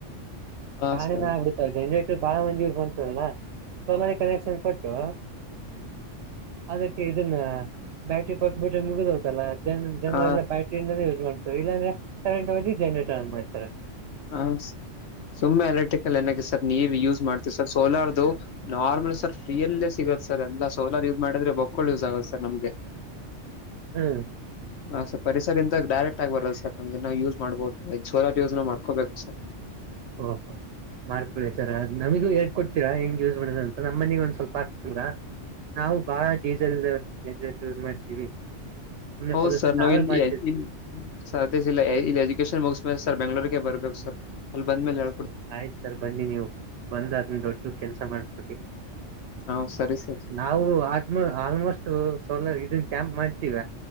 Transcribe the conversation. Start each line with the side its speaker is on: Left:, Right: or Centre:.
Left: ಹಾ
Right: ಕಾಣ
Left: ಸರ್
Right: ನ ಆಡತಾವ ಬಾಳ ಮಂದಿ ಯೂಸ್ ಮಾಡ್ತಾರಲ್ಲ ಸೋಲರಿ ಕನೆಕ್ಷನ್ ಕೊಟ್ಟು ಅದಕ್ಕೆ ಇದನ್ನ ಬ್ಯಾಟ್ರಿ ಕಟ್ ಬಿಟ್ರೆ ಮುಗಿದತಲ್ಲ ಜನರೆಲ್ಲ
Left: ಹ
Right: ಬ್ಯಾಟ್ರಿಂದೇ ಮಾಡ್ ಇಲ್ಲಾಂದ್ರೆ ಕರೆಂಟ್ ಅವದಿ ಜನ್ರೇಟರ್ ಮಾಡ್ತಾರೆ
Left: ಹ ಸುಮ್ಮನೆ ಎಲೆಕ್ಟ್ರಿಕಲ್ ಏನಕ್ಕೆ ಸರ್ ನೀರ್ ಯೂಸ್ ಮಾಡ್ತೀವಿ ಸರ್ ಸೋಲಾರ್ ದು ನಾರ್ಮಲ್ ಸರ್ ಫೀಯಿಂದ ಸಿಗತ್ ಸರ್ ಎಲ್ಲ ಸೋಲಾರ್ ಯೂಸ್ ಮಾಡಿದ್ರೆ ಬೊಕ್ಕುಳು ಯೂಸ್ ಆಗತ್ ಸರ್ ನಮ್ಗೆ
Right: ಹ್ಮ್
Left: ಹ ಸರ್ ಪರಿಸರ್ ಇಂಟಾಕ್ ಡೈರೆಕ್ಟ್ ಕ್ಟಾಗಿ ಬರತ್ ಸರ್ ನಮ್ ನಾವು ಯೂಸ್ ಮಾಡ್ಬಹುದು ಸೋಲರ್ ನ ಯೂಸ್ ನ ಮಾಡ್ಕೋಬೇಕು ಸರ್
Right: ಓಹೊ ಮಾಡ್ಕೊಳ್ಳಿ ಸರ್ ನಮಗೂ ಹೇಳ್ಕೊಡ್ತೀರ ಹೆಂಗ್ ಯೂಸ್ ಮಾಡದ ಅಂತ ನಮ್ಮ ಮನಗ ಒಂದ್ ಸ್ವಲ್ಪ ಆಗ್ ತ್ತಿರ ನಾವು ಬಾಳ ಡೀಸೆಲ್ ಇಲ್ದೆಇರೊ ಜನರೇಟರ್ ಯೂಸ್ ಮಾಡ್ತೀವಿ ಸುಮ್ನೆ
Left: ಹೌದು
Right: ಪೊಲ್ಯೂಷನ್
Left: ಸರ್ ನಾ
Right: ನಾವೇ
Left: ವಿನ್
Right: ಮಾಡ್ತಿರ್ತೀವಿ
Left: ಇನ್ ಸಾಲ್ಟೇಜ್ ಇಲ್ಲ ಇಲ್ಲಿ ಎಜುಕೇಶನ್ ಮುಗ್ ಸರ್ ಬೆಂಗಳೂರಿಗೆ ಬರ್ಬೇಕು ಸರ್ ಅಲ್ಲಿ ಬಂದ ಮೇಲೆ ಹ
Right: ಆಯ್ತು ಸರ್ ಬನ್ನಿ ನೀವು ಬಂದ್ ಅದೊಂದು ದೊಡ್ಡ ಕೆಲ್ಸ ಮಾಡಕೊಡಿ
Left: ಹಾ ಸರಿ ಸರ್
Right: ನಾವು ಆತ್ಮ ಆಲ್ಮೋಸ್ಟು ಸೋಲರ್ ಇದುನ್ ಕ್ಯಾಂಪ್ ಮಾಡ್ತೀವ